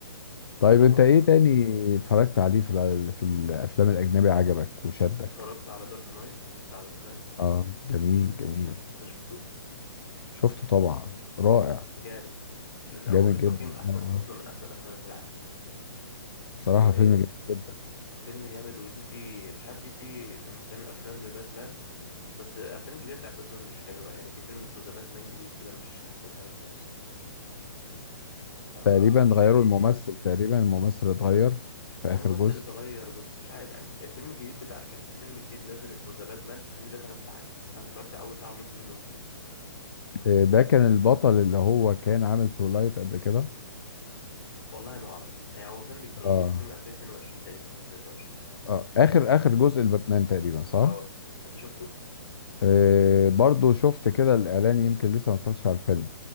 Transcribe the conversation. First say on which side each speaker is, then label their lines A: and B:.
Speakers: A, on the left (about 75°); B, on the left (about 50°).
A: طيب
B: رغم
A: انت
B: ما
A: ايه تاني اتفرجت عليه في ال- في الافلام الاجنبي عجبك وشدك
B: اتفرجت على دارك نايت بتاع باتمان
A: اه جميل جميل
B: ده شفته
A: شفته طبعا رائع
B: جامد من هو
A: جامد
B: واخد تقييم
A: جدا
B: احسن
A: اه اه
B: اصلا من احسن الافلام في العالم
A: بصراحة
B: وفيلم
A: فيلم جميل جدا
B: جامد ودي سي مش عارف دي سي لما بتعمل افلام لباتمان بس الافلام الجديده بتاع باتمان مش حلوه يعني في فيلم اسمه ذا باتمان جديد كده مش احسن حاجه خالص يعني آه،
A: تقريبا
B: مش
A: غيروا
B: عارف دي
A: الممثل
B: سي مالها
A: تقريبا الممثل اتغير في
B: هو
A: اخر
B: ممثل
A: جزء
B: اتغير بس مش عارف يعني الفيلم الجديد بتاع كان في فيلم جديد نازل اسمه ذا باتمان الفيلم ده ثلاث ساعات انا اتفرجت على اول ساعه ونص منه وزهقت
A: آه، ده كان البطل اللي هو كان عامل تولايت قبل كده
B: والله ما اعرف يعني هو فيلم جديد
A: اه
B: يعني فيلم 2022 تقريبا او 2023
A: اه اخر اخر جزء الباتمان تقريبا صح
B: اه انت شفته
A: آه، برضو شفت كده الإعلان يمكن لسه ما اتفرجتش على الفيلم